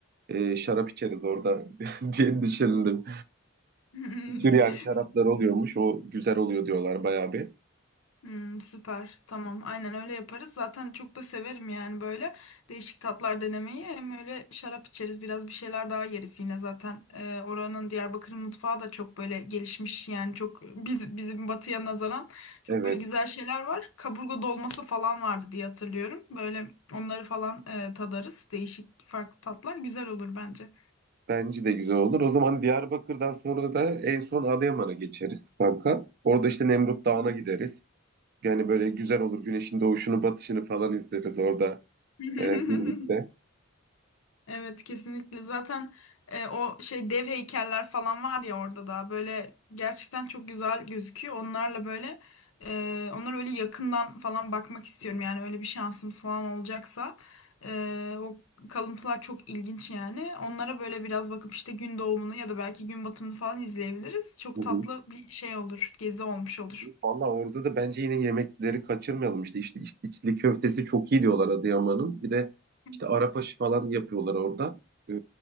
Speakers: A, on the right; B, on the left.
A: e, şarap içeriz orada <laughs> diye düşündüm.
B: Hmm.
A: Süryani
B: <laughs> <laughs>
A: şaraplar oluyormuş o güzel oluyor diyorlar bayağı bir.
B: Hmm, süper. Tamam. Aynen öyle yaparız. Zaten çok da severim yani böyle değişik tatlar denemeyi. Hem öyle şarap içeriz, biraz bir şeyler daha yeriz yine zaten. Ee, oranın Diyarbakır mutfağı da çok böyle gelişmiş yani çok biz- bizim batıya nazaran çok
A: Evet.
B: böyle güzel şeyler var. Kaburga dolması falan vardı diye hatırlıyorum. Böyle onları falan e, tadarız. Değişik farklı tatlar güzel olur bence.
A: Bence de güzel olur. O zaman Diyarbakır'dan sonra da en son Adıyaman'a geçeriz kanka. Orada işte Nemrut Dağı'na gideriz. Yani böyle güzel olur. Güneşin doğuşunu, batışını falan izleriz orada
B: <laughs>
A: e, birlikte.
B: Evet kesinlikle zaten e, o şey dev heykeller falan var ya orada da böyle gerçekten çok güzel gözüküyor. Onlarla böyle e, onlara öyle yakından falan bakmak istiyorum yani öyle bir şansımız falan olacaksa. E, o kalıntılar çok ilginç yani. Onlara böyle biraz bakıp işte gün doğumunu ya da belki gün batımını falan izleyebiliriz. Çok
A: Hı
B: tatlı
A: hı.
B: bir şey olur, gezi olmuş olur.
A: Valla orada da bence yine yemekleri kaçırmayalım. İşte içli, içli köftesi çok iyi diyorlar Adıyaman'ın. Bir de
B: Hı
A: işte Arap
B: hı,
A: aşı falan yapıyorlar orada. Ee,